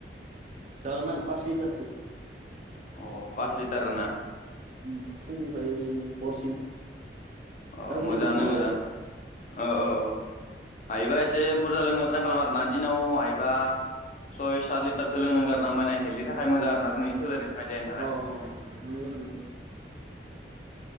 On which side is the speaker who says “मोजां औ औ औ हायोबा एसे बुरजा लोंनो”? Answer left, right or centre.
Left